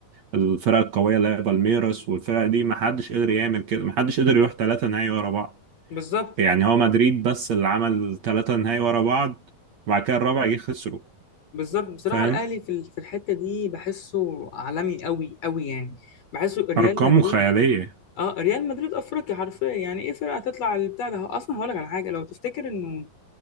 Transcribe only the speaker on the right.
الفرق القوية اللي هي بالميراس والفرق دي ما حدش قدر يعمل كده ما حدش قدر يروح ثلاثة نهائي ورا بعض
يعني هو مدريد بس اللي عمل ثلاثة نهائي ورا بعض وبعد كده الرابع جه خسره
فاهم
أرقامه
خيالية